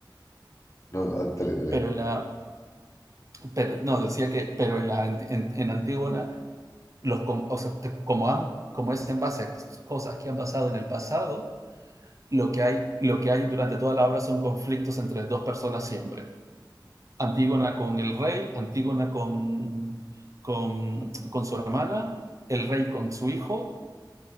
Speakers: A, on the left; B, on the right.
A: No, ah, dale, dale,
B: Pero
A: dale.
B: en la, pero, no, decía que, pero en la, anti- en, en Antígona, los, com- o sea, te- como, han- como es en base a cosas que han pasado en el pasado, lo que, hay, lo que hay durante toda la obra son conflictos entre dos personas siempre. Antígona con el rey, Antígona con, con, con su hermana, el rey con su hijo